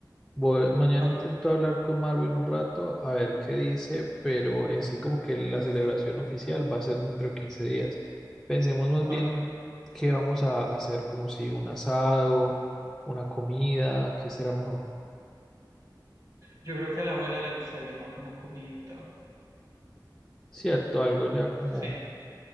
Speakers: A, in the centre; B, on the right (about 45°).
A: Voy- mañana
B: Vale,
A: intento hablar con Marvin un rato a ver qué dice, pero en sí como que la celebración oficial va a ser dentro de 15 días. Pensemos más
B: vale.
A: bien en qué vamos a hacer, como si un asado, una comida, qué será mejor.
B: Yo creo que a la abuela le gustaría más una comidita.
A: Cierto, algo ya como,
B: Sí,